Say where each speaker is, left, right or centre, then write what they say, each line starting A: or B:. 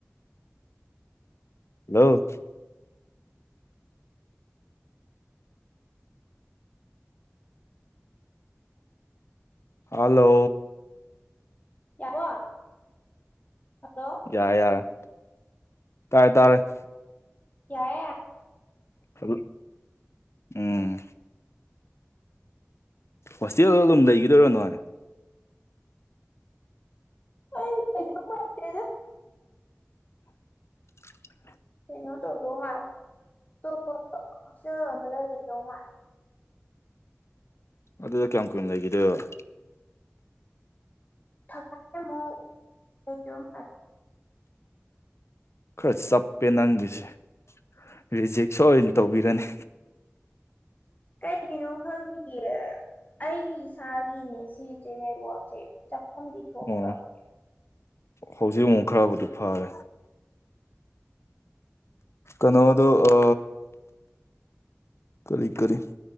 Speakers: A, on the left; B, on the left.
A: ꯍꯂꯣ ꯍꯂꯣ
B: ꯌꯥꯕꯣ ꯍꯜꯂꯣ
A: ꯌꯥꯔꯦ ꯌꯥꯔꯦ ꯇꯥꯔꯦ ꯇꯥꯔꯦ
B: ꯌꯥꯔꯦ
A: ꯆꯂ ꯎꯝ ꯍꯣꯁꯇꯦꯜꯗ ꯑꯗꯨꯝ ꯂꯩꯈꯤꯗꯣꯏꯔꯣ ꯅꯣꯏ
B: ꯑꯩ ꯂꯩꯗꯤ ꯃꯟꯗꯦꯗꯥ
A: <inaudible>
B: ꯀꯩꯅꯣ ꯇꯧꯗꯧ ꯃꯥꯜꯂꯦ ꯑꯇꯣꯞꯄ ꯍꯣꯁꯇ꯭ꯦꯜ ꯑꯃꯗ ꯂꯩꯗꯧ ꯃꯥꯜꯂꯦ
A: ꯑꯗꯨꯗ ꯀꯌꯥꯝ ꯀꯨꯏꯅ ꯂꯩꯈꯤꯒꯗꯣꯏꯕ
B: ꯊꯈꯥꯏ ꯃꯨꯛ ꯂꯩꯗꯧ ꯃꯥꯜꯂꯦ
A: ꯈꯔ ꯆꯞꯄꯦ ꯅꯪꯒꯤꯁꯦ ꯔꯤꯖꯦꯛꯁꯨ ꯑꯣꯏꯅ ꯇꯧꯕꯤꯔꯅꯤ
B: ꯀꯩꯒꯤꯅꯣ ꯈꯪꯗꯤꯌꯦ ꯑꯩꯒꯤ ꯏꯁꯥꯒꯤꯅꯦ ꯁꯤꯁꯦ ꯅꯠꯋꯥꯛꯁꯦ ꯆꯠꯐꯝꯗꯤ ꯊꯣꯛꯇ꯭ꯔꯕ
A: ꯑꯣ ꯍꯧꯖꯤꯛ ꯑꯃꯨꯛ ꯈꯔꯕꯨꯗꯤ ꯐꯔꯦ ꯀꯩꯅꯣꯗꯨ ꯑ ꯀꯔꯤ ꯀꯔꯤ